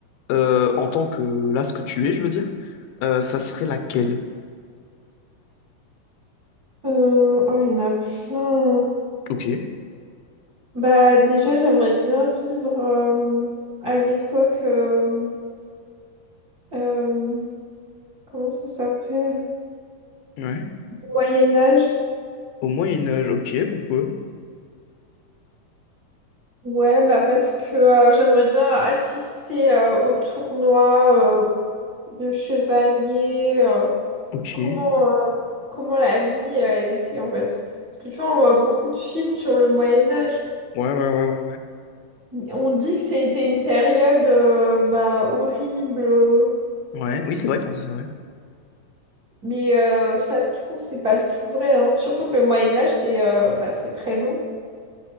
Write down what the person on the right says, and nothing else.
Euh, oh, il y en a plein.
Bah, déjà, j'aimerais bien vivre euh, à l'époque. euh, euh, comment ça s'appelle?
Moyen-Âge.
Ouais, bah, parce que euh, j'aimerais bien assister euh, au tournoi euh, de chevalier. euh,
comment,
euh, comment la vie euh, elle était, en fait. Parce que tu vois, on voit beaucoup de films sur le Moyen-Âge.
On dit que c'était une période euh, bah, horrible. euh,
Mais euh, ça se trouve, c'est pas du tout vrai. hein. Surtout que le Moyen Âge, c'est euh, bah, c'est très long.